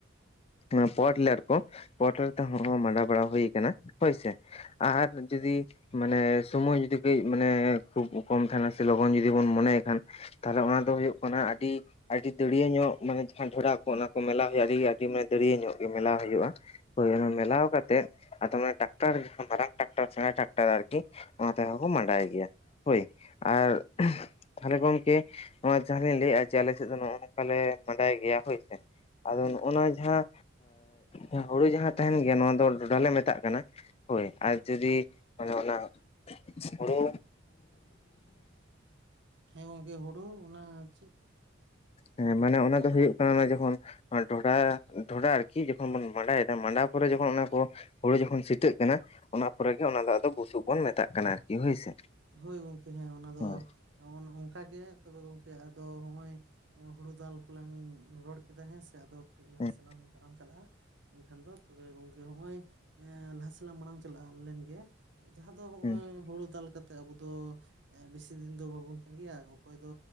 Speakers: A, on the left; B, on the right.
A: ᱱᱚᱣᱟ ᱯᱟᱣᱟᱨᱴᱤᱞᱟᱨ ᱠᱚ, ᱯᱟᱣᱟᱨᱴᱤᱞᱟᱨ ᱛᱮ ᱦᱚᱸ ᱢᱟᱸᱰᱟ ᱵᱟᱲᱟ ᱦᱩᱭ ᱠᱟᱱᱟ ᱦᱳᱭ ᱥᱮ᱾ ᱟᱨ ᱡᱩᱫᱤ ᱢᱟᱱᱮ ᱥᱳᱢᱳᱭ ᱡᱩᱫᱤ ᱠᱟᱺᱡ ᱢᱟᱱᱮ ᱠᱷᱩᱵ ᱠᱚᱢ ᱛᱟᱸᱦᱮᱱᱟ ᱥᱮ ᱞᱚᱜᱚᱱ ᱡᱩᱫᱤ ᱵᱚᱱ ᱢᱚᱱᱮᱭ ᱠᱷᱟᱱ᱾ ᱛᱟᱦᱞᱮ ᱚᱱᱟ ᱫᱚ ᱦᱩᱩᱜ ᱠᱟᱱᱟ ᱟᱹᱰᱤ ᱟᱹᱰᱤ ᱫᱟᱹᱲᱭᱟᱹ ᱧᱚᱜ ᱢᱟᱱᱮ ᱡᱟᱦᱟᱸ ᱰᱷᱮᱨᱟ ᱠᱚ ᱚᱱᱟ ᱠᱚ ᱢᱮᱞᱟᱣ ᱦᱩᱭᱩᱜ-ᱟ ᱟᱹᱰᱤ ᱟᱹᱰᱤ ᱢᱟᱱᱮ ᱫᱟᱹᱨᱭᱟᱹ ᱧᱚᱜ ᱜᱮ ᱢᱮᱞᱟᱣ ᱦᱩᱭᱩᱜ-ᱟ᱾ ᱦᱳᱭ ᱚᱱᱟ ᱢᱮᱞᱟᱣ ᱠᱟᱛᱮᱫ ᱟᱫᱚ ᱚᱱᱮ ᱴᱟᱠᱴᱟᱨ ᱢᱟᱨᱟᱝ ᱴᱨᱟᱠᱴᱟᱨ ᱥᱮᱬᱟ ᱴᱟᱠᱴᱟᱨ ᱟᱨᱠᱤ ᱚᱱᱟ ᱛᱮᱦᱚᱸᱠᱚ ᱢᱟᱸᱰᱟᱭ ᱜᱮᱭᱟ ᱦᱳᱭ ᱟᱨ ᱛᱟᱦᱞᱮ ᱜᱚᱝᱠᱮ ᱱᱚᱣᱟ ᱡᱟᱦᱟᱸ ᱞᱤᱧ ᱞᱟᱹᱭᱮᱜ-ᱟ ᱡᱮ ᱟᱞᱮ ᱥᱮᱫ ᱫᱚ ᱱᱚᱜ-ᱚ ᱱᱚᱝᱠᱟ ᱞᱮ ᱢᱟᱸᱰᱟᱭ ᱜᱮᱭᱟ ᱦᱳᱭ ᱥᱮ᱾ ᱟᱫᱚ ᱱᱚᱜ-ᱚ ᱱᱚᱣᱟ ᱡᱟᱦᱟᱸ ᱮᱸ ᱦᱳᱲᱳ ᱡᱟᱦᱟᱸ ᱛᱟᱸᱦᱮᱱ ᱜᱮᱭᱟ ᱱᱚᱣᱟ ᱫᱚ ᱰᱚᱰᱷᱟ ᱞᱮ ᱢᱮᱛᱟᱜ ᱠᱟᱱᱟ᱾ ᱦᱳᱭ ᱟᱨ ᱡᱩᱫᱤ ᱚᱱᱮ ᱚᱱᱟ ᱦᱳᱲᱳ
B: ᱦᱮᱸ ᱜᱚᱝᱠᱮ ᱦᱩᱲᱩ ᱚᱱᱟ ᱪᱮᱜ
A: ᱦᱮᱸ ᱢᱟᱱᱮ ᱚᱱᱟ ᱫᱚ ᱦᱩᱭᱩᱜ ᱠᱟᱱᱟ ᱚᱱᱟ ᱡᱚᱠᱷᱚᱱ ᱰᱚᱰᱷᱟ, ᱰᱚᱰᱷᱟ ᱟᱨᱠᱤ ᱡᱚᱠᱷᱚᱱ ᱵᱚᱱ ᱢᱟᱸᱰᱟᱭᱮᱫᱟ ᱢᱟᱰᱟ ᱯᱚᱨᱮ ᱡᱚᱠᱷᱚᱱ ᱚᱱᱟ ᱠᱚ ᱦᱩᱲᱩ ᱡᱚᱠᱷᱚᱱ ᱥᱤᱴᱷᱟᱹᱜ ᱠᱟᱱᱟ ᱚᱱᱟ ᱯᱚᱨᱮᱜᱮ ᱚᱱᱟ ᱫᱚ ᱟᱫᱚ ᱵᱩᱥᱩᱵ ᱵᱚᱱ ᱢᱮᱛᱟᱜ ᱠᱟᱱᱟ ᱟᱨᱠᱤ ᱦᱳᱭ ᱥᱮ᱾
B: ᱦᱳᱭ ᱜᱚᱝᱠᱮ ᱦᱮᱸ ᱚᱱᱟ ᱫᱚ
A: ᱦᱳᱭ
B: ᱚᱝᱠᱟ ᱜᱮ ᱛᱚᱵᱮ ᱜᱚᱝᱠᱮ ᱟᱫᱚ ᱱᱚᱜ-ᱚᱭ ᱦᱩᱲᱩ ᱫᱟᱞ ᱠᱚᱞᱟᱝ ᱨᱚᱲ ᱠᱮᱫᱟ ᱦᱮᱸ ᱥᱮ ᱟᱫᱚ ᱠᱟᱹᱴᱤᱡ ᱞᱟᱦᱟ
A: ᱦᱩᱸ
B: ᱥᱮᱫ ᱞᱟᱝ ᱛᱟᱲᱟᱢ ᱪᱟᱞᱟᱜ-ᱟ, ᱮᱱᱠᱷᱟᱱ ᱫᱚ ᱛᱚᱵᱮ ᱜᱚᱝᱠᱮ ᱱᱚᱜ-ᱚᱭ <unintelligible> ᱫᱮᱞᱟ ᱢᱟᱲᱟᱝ ᱪᱟᱞᱟᱝ ᱞᱮᱱ ᱜᱮ, ᱡᱟᱦᱟᱸ ᱫᱚ ᱱᱚᱜᱼᱚᱭ,
A: ᱦᱩᱸ
B: ᱦᱳᱲᱳ ᱫᱟᱞ ᱠᱟᱛᱮᱜ, ᱟᱵᱚ ᱫᱚ ᱵᱮᱥᱤ ᱫᱤᱱ ᱫᱚ, ᱵᱟᱵᱚᱱ ᱛᱟᱸᱜᱤᱭᱟ ᱾ ᱚᱠᱚᱭ ᱫᱚ,